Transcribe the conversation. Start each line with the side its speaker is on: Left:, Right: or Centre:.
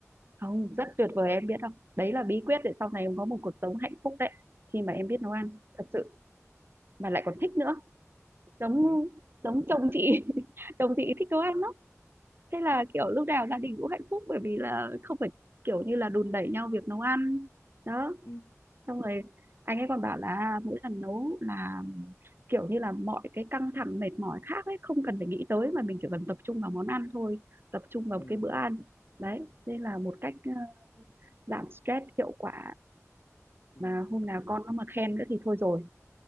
Right: Không, rất tuyệt vời em biết không? Đấy là bí quyết để sau này em có một cuộc sống hạnh phúc đấy. Khi mà em
Left: ừ.
Right: biết nấu ăn, thật sự. Mà lại còn thích nữa. Giống
Left: Ừ.
Right: giống chồng chị. <laughs> Chồng chị thích nấu ăn lắm. Thế là kiểu lúc nào gia đình cũng hạnh phúc bởi vì là không phải kiểu như là đùn đẩy nhau việc nấu ăn. Đó,
Left: Ừ.
Right: xong rồi anh ấy còn bảo là mỗi lần nấu là kiểu như là mọi cái căng thẳng mệt mỏi khác ấy không cần phải nghĩ tới mà mình chỉ cần tập trung vào món ăn thôi tập trung vào
Left: Ừ.
Right: cái bữa ăn đấy đây là một cách ờ, giảm stress hiệu quả
Left: Ừ.
Right: mà hôm nào con nó mà khen nữa thì thôi rồi